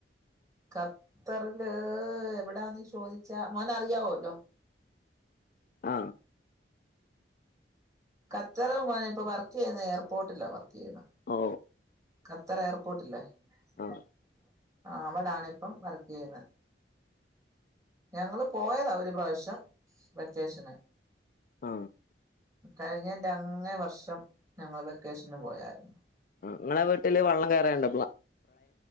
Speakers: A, on the right; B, on the left.
A: ഖത്തർല് എവിടാന്ന് ചോദിച്ച മോന് അറിയാവൊല്ലൊ
B: അ
A: ഖത്തർല് മോനെ ഇപ്പ വർക്കെയ്യ്ന്നെ എയർപോർട്ടില വർക്കെയ്യ്ണ്
B: ഓ
A: ഖത്തറ് എയർപോട്ടില്
B: ആഹ്
A: <inaudible> അവിടാണ്പ്പ വർക്കെയ്യ്ന്ന ഞങ്ങള് പോയത ഒരു പ്രാവശ്യം വെക്കേഷന്
B: അ
A: കഴിഞ്ഞെന്റ അങ്ങെ വർഷം ഞങ്ങള് വെക്കേഷന് പോയാര്ന്നു
B: ഇങ്ങളെ വീട്ടില് വള്ളം കേറെണ്ട